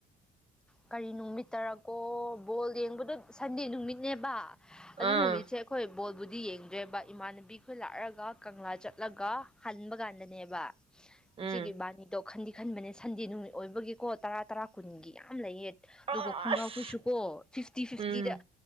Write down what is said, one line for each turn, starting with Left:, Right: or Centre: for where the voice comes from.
Centre: ꯀꯔꯤ ꯅꯨꯃꯤꯠꯇꯔꯀꯣ ꯕꯣꯜ ꯌꯦꯡꯕꯗꯣ ꯁꯟꯗꯦ ꯅꯨꯃꯤꯠ ꯦꯕꯥꯛ ꯑꯗꯨ
Right: ꯑꯥ
Centre: ꯅꯨꯃꯤꯠꯁꯦ ꯑꯩꯈꯣꯏ ꯕꯣꯜꯕꯨꯗꯤ ꯌꯦꯡꯗ꯭ꯔꯦꯕ ꯏꯃꯥꯟꯅꯕꯤꯈꯣꯏ ꯂꯥꯛꯔꯒ ꯀꯪꯂꯥ ꯆꯠꯂꯒ ꯍꯟꯕ ꯀꯥꯟꯗꯅꯦꯕ
Right: ꯎꯝ
Centre: ꯏꯆꯒꯤꯕꯥꯅꯤ ꯇ ꯈꯟꯗꯤ ꯈꯟꯕꯅꯦ ꯁꯟꯗꯦ ꯅꯨꯃꯤꯠ ꯑꯣꯏꯕꯒꯤꯀꯣ ꯇꯔꯥ ꯇꯔꯥ ꯀꯨꯟꯒꯤ ꯌꯥꯝ ꯂꯩꯌꯦ
Right: ꯑꯁ
Centre: ꯑꯗꯨꯒ ꯈꯣꯡꯒ꯭ꯔꯥꯎꯈꯣꯏꯁꯨ ꯀꯣ ꯐꯤꯐꯇꯤ ꯐꯤꯐꯇꯤꯗ
Right: ꯎꯝ